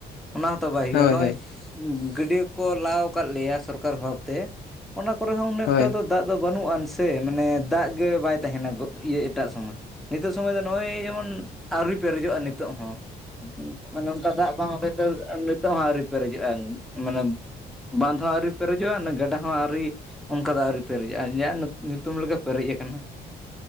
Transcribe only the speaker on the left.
ᱦᱳᱭ
ᱦᱳᱭ
ᱦᱳᱭ